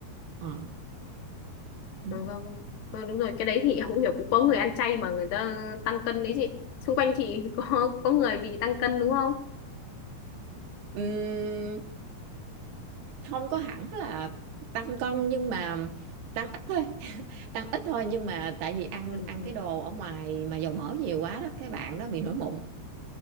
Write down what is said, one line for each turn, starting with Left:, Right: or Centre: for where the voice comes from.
Right: Ờ. Ừ.
Left: Ừ, vâng vâng Ờ, đúng rồi cái đấy thì em cũng hiểu cũng có người ăn chay mà người ta tăng cân đấy chị xung quanh chị <laughs> có có người bị tăng cân đúng không
Right: Ừm, không có hẳn là tăng cân nhưng mà tăng ít thôi <laughs> tăng ít thôi nhưng mà tại vì ăn
Left: ừ.
Right: ăn
Left: ừ.
Right: cái đồ
Left: <laughs>
Right: ở ngoài mà dầu mỡ nhiều quá đó cái bạn đó bị nổi mụn